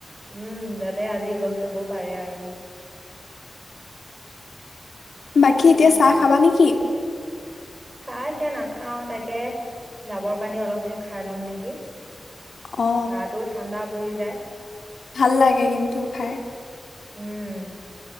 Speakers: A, on the right; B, on the left.
A: উম যাতে আজি গছ ৰুব পাৰে আৰু।
B: বাকী এতিয়া
A: হয়
B: চাহ
A: দিয়া
B: খাবা নেকি?
A: চাহ এতিয়া নাখাও তাকে ডাবৰ পানী অলপহে খাই লম নেকি।
B: অ
A: গাটো ঠাণ্ডা কৰি যায়।
B: ভাল লাগে কিন্তু খাই।
A: উম।